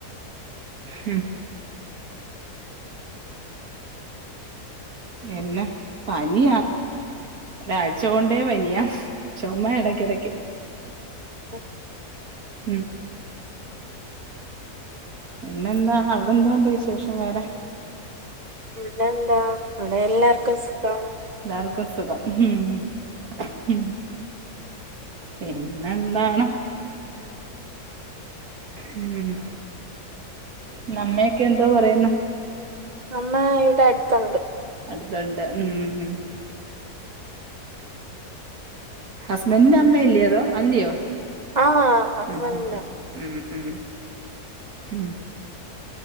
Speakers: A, on the right; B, on the right.
A: ഉം എന്ന പനിയാ ഒരാഴ്‌ ച്ച കൊണ്ടേ വയ്യ ചുമ എടയ്ക്കെടക്ക്
B: ഉം
A: ഉം പിന്നെന്താ അവിടെ എന്തോ ഉണ്ട് വിശേഷം വേറെ?
B: ഇവിടെയെന്താ ഇവിടെ എല്ലാർക്കും സുഖം
A: എല്ലാർക്കും സുഖം ഹും ഉം പിന്നെന്താണ്? ഉം പിന്നെ അമ്മയൊക്കെ എന്തോ പറയുന്നു?
B: അമ്മ ഇവിടെ അടുത്തുണ്ട്
A: അടുത്ത്ണ്ട് മ്മ്ഹ് ഹസ്ബൻഡിന്റെ അമ്മയല്ലയോ അത് അല്ലയോ?
B: ആഹ് ഹസ്ബൻഡിന്
A: ഉം ഉം ഉം ഉം